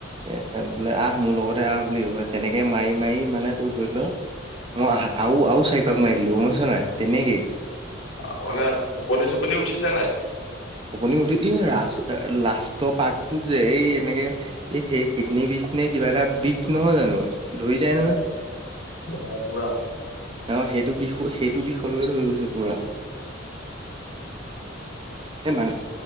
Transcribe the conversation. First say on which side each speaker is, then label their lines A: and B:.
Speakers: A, on the right (about 25°); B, on the left (about 65°).
A: এ আহ মোৰ লগতে আহ বুলি ক তেনেকে মাৰি মাৰি মানে টোৰ ধৰি ল মই অহ আৰু চাৰিপাক মাৰি দিলো গম পাইছ নে নাই তেনেকেই।
B: অ মানে টোপনি চুপনি উঠিছে নাই?
A: উপনি উঠ এই ৰা লাষ্ট পাকটো যে এই এনেকে এই সেই কিডনী বিষ বিষ নে কিবা এটা বিষ নহয় জানো ধৰি যায় নহয়।
B: অ' অ পুৰা।
A: অ সেইটো বিষ সেইটো বিষলৈকে ধৰি গৈছে পুৰা। এই মানে